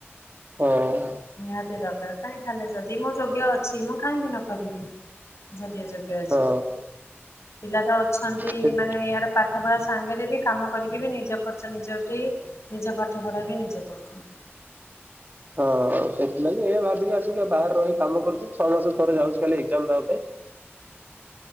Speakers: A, on the right; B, on the left.
A: ହଁ
B: ନିହାତି ଦରକାର କାହିଁକି ଖାଲି ଯଦି ମୁଁ ଯୋଗ୍ୟ ଅଛି। ମୁଁ କାହିଁକି ନ କରିବି। ଯଦିଓ ଯୋଗ୍ୟ।
A: ହଁ।
B: ପିଲା ତ ଅଛନ୍ତି
A: ସେ
B: ମାନେ ଇଆଡେ ପା ପାଠ ପଢ଼ା ସାଙ୍ଗରେ ବି କାମ କରିକି ବି ନିଜ ଖର୍ଚ ନିଜ ଉଠେଇ ନିଜ ପାଠ ପଢା ବି ନିଜେ କରୁଛନ୍ତି।
A: ହଁ ସେଥିଲାଗି ଏଇଆ ଭାବିକି ଆସିକ ବାହାରେ ରହିି କାମ କରୁଛୁ। ଛଅ ମାସ ଥରେ ଯାଉଛଛି ଖାଲି ଏକ୍ଜାମ ଦବା ପାଇଁ।